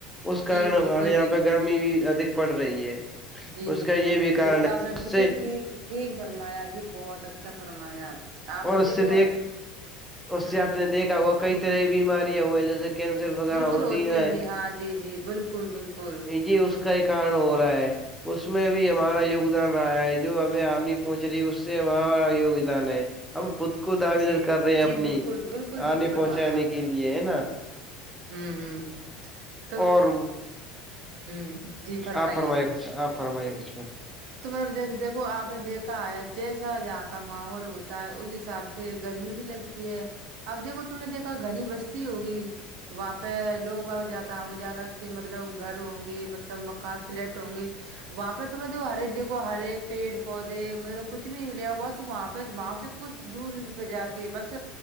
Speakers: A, in the centre; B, on the right.
A: اس
B: جی
A: کارن ہمارے
B: بالکل
A: یہاں
B: جی
A: پہ گرمی بھی ادھک پڑ رہی ہے
B: جی
A: اس
B: بالکل
A: کا بھی کارن
B: یہ تو
A: ہے
B: آپ نے بالکل
A: اس سے
B: ٹھیک ٹھیک فرمایا جی بہت اچھا فرمایا آپ
A: اور
B: نے
A: اس
B: دیکھو
A: سے دیکھ اس
B: ہوں
A: سے آپ نے دیکھا ہوا کئی طرح کی بیماریاں ہوئے ہیں جیسے کینسر وغیرہ
B: بالکل
A: ہوتی ہے
B: ہیں جی ہاں جی جی بالکل بالکل
A: جی اس کا ہی کارن ہو رہا ہے اس میں بھی ہمارا یگدان رہا ہے جو ہمیں آنی پہنچ رہی ہے اس اس مہااروگدان ہے <unintelligible> کو دعوے
B: جی
A: در کر رہے ہیں
B: جی
A: اپنی
B: بالکل بالکل ٹھیک
A: آنے
B: فرمایا
A: پہنچانے
B: آپ
A: کے
B: نے
A: لیے ہے نا
B: ھمم ہ تو
A: اور
B: ہوں جی فرمائیے
A: آپ کچھ آپ فرمائیے گ سھر
B: تو مطلب جیسے دیکھو آپ نے دیکھا ہے جیسا جہاں کا ماحول ہوتا ہے اس حساب سے گرمی بھی لگتی ہے اب دیکھو تم نے دیکھا گھنی بستی ہوگئی وہاں پہ لوگ بہت جاتدا ہوں گے جیادہ کہ مطلب گھر ہوں گی مطلب مکان فلیٹ ہوں گی تو میں د ہرے دیکھو ہرے پیڑ پود مطلب کچھ بھی ملیا بس واںپس وہاں سے کچھ دور پہ جا کے بس